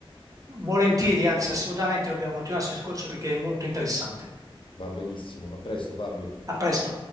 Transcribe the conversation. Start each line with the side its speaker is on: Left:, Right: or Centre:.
Right: Volentieri, anzi assolutamente, dobbiamo continuare questo discorso che che è molto interessante.
Left: Va benissimo, a presto Fabio.
Right: A presto.